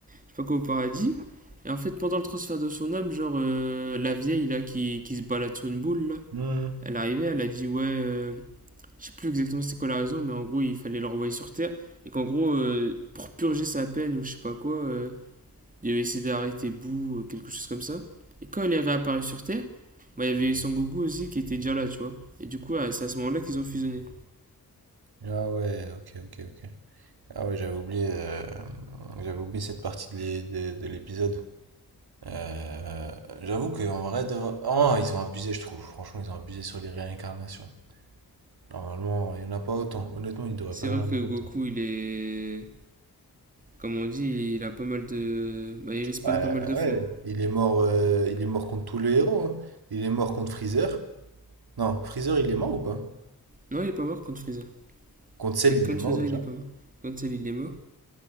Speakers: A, on the right; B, on the right.
A: je sais pas quoi au paradis. Et en fait, pendant le transfert de son âme, genre euh, la vieille là qui, qui se balade sur une boule là.
B: Mhm.
A: Elle arrivait, elle a dit ouais, euh, je sais plus exactement c'était quoi la raison, mais en gros, il fallait le renvoyer sur Terre. Et qu'en gros, euh, pour purger sa peine ou je sais pas quoi, euh, il avait essayé d'arrêter Boo, euh, quelque chose comme ça. Et quand il est réapparu sur Terre, bah, il y avait Son Goku aussi qui était déjà là, tu vois. Et du coup, ah, c'est à ce moment-là qu'ils ont fusionné.
B: Ah ouais, ok, ok, ok. Ah ouais, j'avais oublié, euh, j'avais oublié cette partie de l'é- de- de l'épisode. Euh, j'avoue qu'en vrai, de... oh, ils ont abusé, je trouve. Franchement, ils ont abusé sur les réincarnations. Normalement, il n'y en a pas autant. Honnêtement, il devrait
A: C'est
B: pas y
A: vrai
B: en avoir
A: que Goku,
B: autant.
A: il est. Comme on dit, il a pas mal de. Bah, il respawn
B: Ouais,
A: pas mal de fois.
B: ouais. Il est mort, euh, il est mort contre tous les héros. hein. Il est mort contre Freezer. Non, Freezer, il est mort ou pas?
A: Non, il est pas mort contre Freezer.
B: Contre Cell,
A: Et contre
B: il est mort
A: Freezer,
B: déjà.
A: il est pas mort. Contre celle, il est mort.